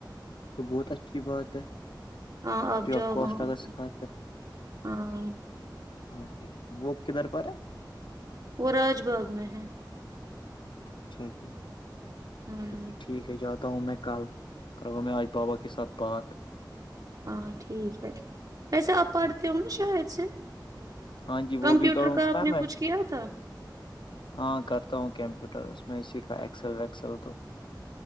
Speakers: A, on the left (about 90°); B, on the right (about 50°).
A: تو بہت اچھی بات ہے
B: ہاں آب
A: فری آف
B: جاؤ
A: کاسٹ
B: وہاں
A: اگر
B: پہ
A: سکھاتے
B: ہاں
A: ہاںٹھیک وہ کدھر پر ہے <unintelligible>
B: وہ راج باغ میں ہے
A: اچھا جی
B: ہوں
A: تو پھر ٹھیک ہے جاتا ہوں میں کل کرگوں میں آج بابا کے ساتھ بات
B: ہاں ٹھیک ہے ویسے آپ پڑھتے
A: ہاں
B: ہو نا شاید سے
A: ہاں جی وہ
B: کمپیوٹر
A: بھی کروں
B: کا
A: گا
B: آپ
A: نا
B: نے
A: میں
B: کچھ کیا تھا
A: ہاں کرتا ہوں کمپیوٹر میں ش کاا ایکسل وسل ہو تو <unintelligible>